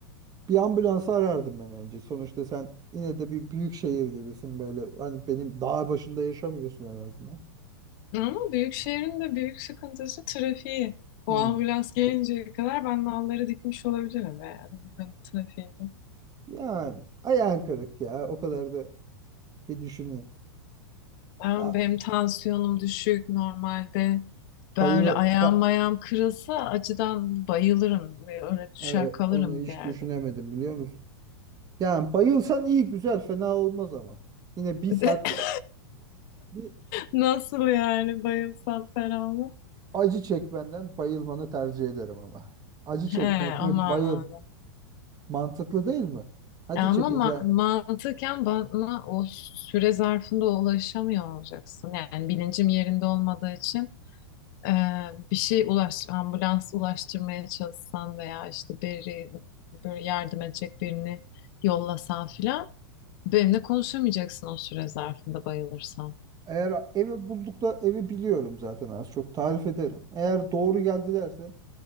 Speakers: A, on the right; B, on the left.
A: Bir ambulansı arardım ben önce. Sonuçta sen yine de bir büyük şehir gibisin böyle. Hani benim dağ başında yaşamıyorsun en azından.
B: Ama büyük şehrin de büyük sıkıntısı trafiği. O
A: Hmm.
B: ambulans gelinceye kadar ben nalları dikmiş olabilirim ve yani buranın trafiğinde.
A: Yani ayağın kırık ya. O kadar da bir düşüneyim.
B: Ben,
A: Ya
B: benim tansiyonum düşük normalde. Böyle
A: bayılırsa
B: ayağım mayağım kırılsa acıdan bayılırım. Öyle düşer
A: evet,
B: kalırım
A: onu hiç
B: bir yerde.
A: düşünemedim biliyor musun? Yani bayılsan iyi güzel fena olmaz ama. Yine bir
B: <laughs>
A: saat bir,
B: Nasıl yani bayılsam ferahlı?
A: Acı çekmenden bayılmanı tercih ederim ama. Acı çekmek
B: He,
A: mi
B: o manada.
A: bayıl? Mantıklı değil mi? Acı
B: E ama
A: çekeceğim.
B: ma- mantıken bana o süre zarfında ulaşamıyor olacaksın. Yani bilincim yerinde olmadığı için Ee, bir şey ulaş, ambulans ulaştırmaya çalışsan veya işte biri böyle yardım edecek birini yollasan filan benimle konuşamayacaksın o süre zarfında bayılırsam.
A: Eğer evi bulduk da evi biliyorum zaten az çok tarif ederim. Eğer doğru geldilerse